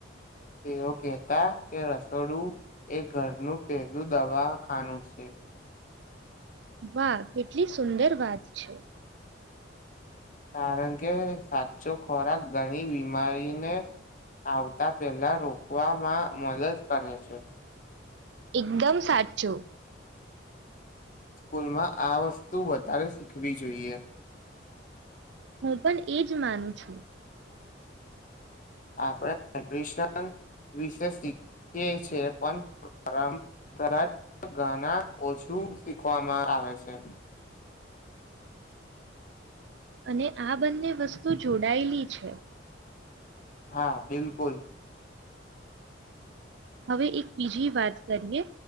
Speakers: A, on the left; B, on the right.
A: તેઓ કેતા કે રસોડું એ ઘરનું પહેલું દવા ખાનુ છે.
B: વાહ, કેટલી સુંદર વાત છે.
A: કારણ કે સાચો ખોરાક ઘણી બીમારીને આવતા પહેલા રોકવામાં મદદ કરે છે.
B: એકદમ સાચું.
A: સ્કૂલમાં આ વસ્તુ વધારે શીખવી જોઈએ.
B: હું પણ એ જ માનું છું.
A: આપણે ન્યુટ્રિશન વિશે શીખીએ છે પણ <inaudible> પરાગ ગના ઓછું શીખવામાં આવે છે.
B: અને આ બંને વસ્તુ જોડાયેલી છે.
A: હા બિલકુલ.
B: હવે એક બીજી વાત કરીએ